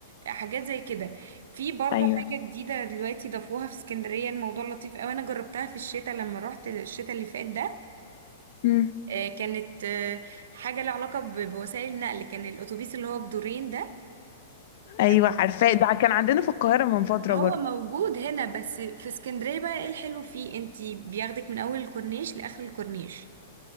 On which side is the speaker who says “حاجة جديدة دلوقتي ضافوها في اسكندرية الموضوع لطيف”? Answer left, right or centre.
Right